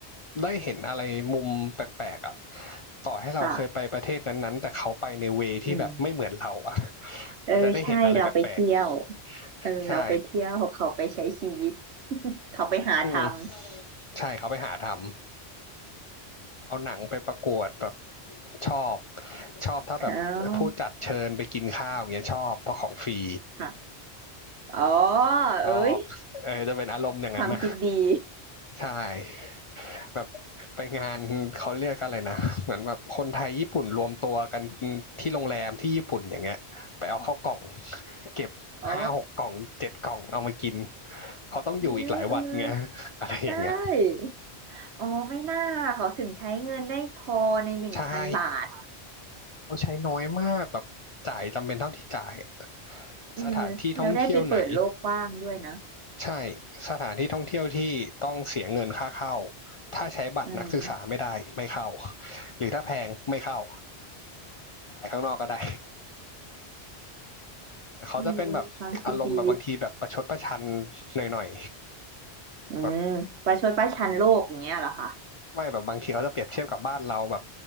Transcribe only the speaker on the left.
ได้เห็นอะไรมุมแปลกๆอ่ะต่อให้เราเคยไปประเทศนั้นๆแต่เขาไปในเวที่แบบไม่เหมือนเราอ่ะ
<laughs>
มันจะได้เห็นอะไรแปลก
ๆใช่
อืมใช่เขาไปหาทำ เอาหนังไปประกวดแบบชอบชอบถ้าแบบผู้จัดเชิญไปกินข้าวอย่างเงี้ยชอบเพราะของฟรี
ชอบเออจะเป็นอารมณ์อย่างนั้นนะ
ใช่แบบไปงานเขาเรียกอะไรนะเหมือนแบบคนไทยญี่ปุ่นรวมตัวกันที่โรงแรมที่ญี่ปุ่นอย่างเงี้ยไปเอาเข้าวกล่องเก็บห้าหกกล่องเจ็ดกล่องเอามากิน
เขาต้องอยู่อีกหลายวันไง
อะไรอย่างเงี้ย
ใช่ เขาใช้น้อยมากแบบจ่ายจำเป็นเท่าที่จ่ายอะ
สถานที่ท่องเที่ยวไหนใช่สถานที่ท่องเที่ยวที่ต้องเสียเงินค่าเข้าถ้าใช้บัตรนักศึกษาไม่ได้ไม่เข้า
หรือถ้าแพงไม่เข้าถ่ายข้างนอกก็ได้เขาจะเป็นแบบอารมณ์แบบบางทีแบบประชดประชัน
หน่อยๆแบบ
ไม่แบบบางทีเขาจะเปรียบเทียบกับบ้านเราแบบ